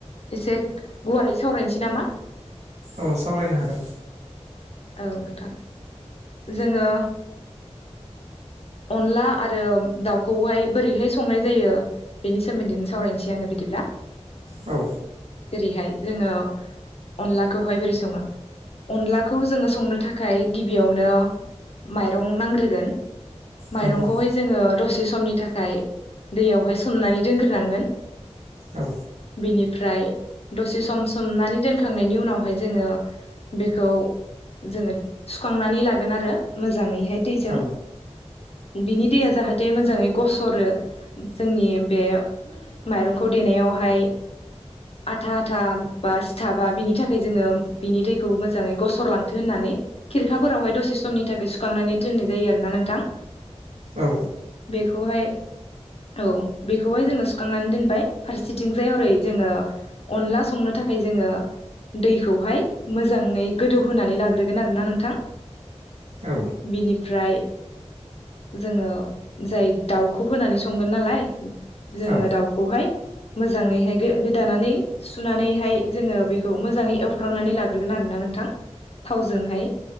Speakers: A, on the left; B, on the right.
A: एसे गुवारै सावरायनोसै नामा
B: औ सावरायनो हागोन।
A: औ नोंथां। जोङो अनला आरो दाउखौहाय बोरैहाय संनाय जायो बेनि सोमोन्दैनो सावरायनोसै आङो बि दिब्ला
B: औ
A: जेरैहाय जोङो अनलाखौहाय बोरै सङो अनलाखौ जोङो संनो थाखाय गिबियावनो माइरं नांग्रोगोन, माइरंखौहाय
B: नंगौ
A: जोङो दसे समनि थाखाय दैयावहाय सोमनानै दोनग्रोनांगोन,
B: औ
A: बिनि फ्राय दसे सम सोमनानै दोनखांनायनि उनावहाय जोङो बेखौ जोङो सुखांनानै लागोन आरो मोजाङैहाय दैजों
B: औ
A: बिनि दैया जाहाथे मोजाङै गसरो, जोंनि बे माइरंखौ देनायावहाय आथा आथा बा सिथाबा बिनि थाखाय जोङो बिनि दैखौ मोजाङै गसर लांथों होननानै खिरखाफोरावहाय दसे समनि थाखाय सुखांनानै दोननाय जायो आरोना नोंथां।
B: औ
A: बेखौहाय औ बेखौहाय जोङो सुखांनानै दोनबाय फारसेथिंजाय हरै जोङो अनला संनो थाखाय जोङो दैखौहाय मोजाङै गोदौहोनानै लाग्रोगोन आरोना नोंथां।
B: औ
A: बिनिफ्राय जोङो जाय दाउखौ होनानै संगोन नालाय जोङो
B: औ
A: दाउखौहाय मो जाङैहाय गोदानानै सुनानैहाय जोङो बेखौ मोजाङै एवफ्रामनानै लाग्रोगोन आरोना नोंथां। थावजोंहाय